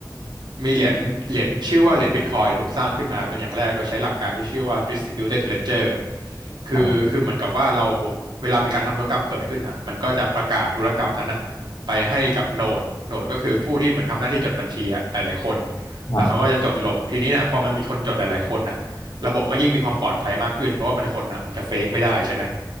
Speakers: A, on the right (about 75°); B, on the left (about 65°).
A: มีเหรียญเหรียญชื่อว่าเหรียญบิตคอยถูกสร้างขึ้นมาเป็นอย่างแรกโดยใช้หลักการที่ชื่อว่า distributed ledger คือคือเหมือนกับว่าเรา
B: ครับ
A: เวลามีการทำธุรกรรมเกิดขึ้นอ่ะมันก็จะประกาศธุรกรรมนั้นอ่ะไปให้กับโนดโนดก็คือผู้ที่เหมือนทำหน้าที่จดบัญชีอ่ะหลายๆคน
B: ครับ
A: แล้วเขาก็จะจดลงทีนี้เนี่ยพอมันมีคนจดหลายๆคนอ่ะระบบก็ยิ่งมีความปลอดภัยมากขึ้นเพราะว่ามันคนอ่ะมันจะเฟกไม่ได้ใช่ไหม